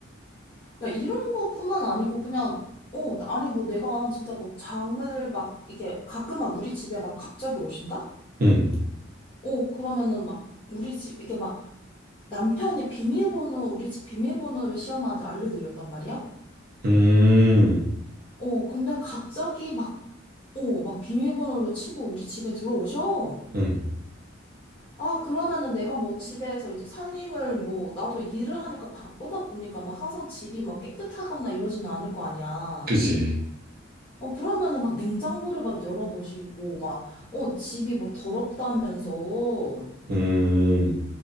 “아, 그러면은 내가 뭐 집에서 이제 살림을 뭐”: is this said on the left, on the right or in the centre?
Left